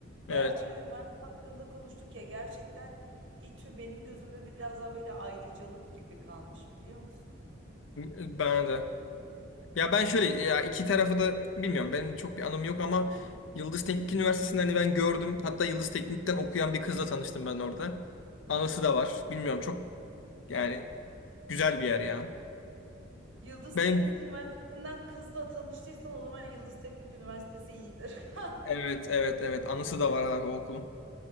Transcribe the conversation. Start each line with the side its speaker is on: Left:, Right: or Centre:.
Left: evet.
Right: Baya böyle üniversite hakkında konuştuk ya gerçekten İTÜ benim gözümde biraz daha böyle ayrıcalık gibi kalmış biliyor musun?
Left: Bana da. Ya ben şöyle ya iki tarafı da bilmiyorum. Benim çok bir anım yok ama Yıldız Teknik Üniversitesi'nde hani ben gördüm. Hatta Yıldız Teknik'ten okuyan bir kızla tanıştım ben orada. Anısı da var. Bilmiyorum çok yani güzel bir yer ya.
Right: Yıldız
Left: Ben
Right: Teknik Üniversitesi'nden kızla tanıştıysan o zaman Yıldız Teknik Üniversitesi iyidir. <laughs>
Left: evet evet evet anısı da var abi o okulun.